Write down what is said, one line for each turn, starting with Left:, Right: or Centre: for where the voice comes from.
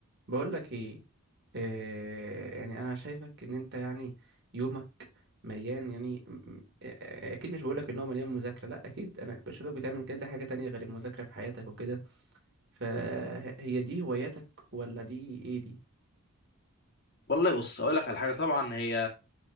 Right: بقول لك ايه آه يعني انا شايفك ان انت يعني يومك مليان يعني م- م- آه، آه، اكيد مش بقول لك ان هو مليان مذاكره لا اكيد انا بشوفك بتعمل كذا حاجه تانية غير المذاكره في حياتك وكده فهي
Left: م.
Right: دي هواياتك ولا دي ايه دي
Left: والله بص اقول لك على حاجه طبعا هي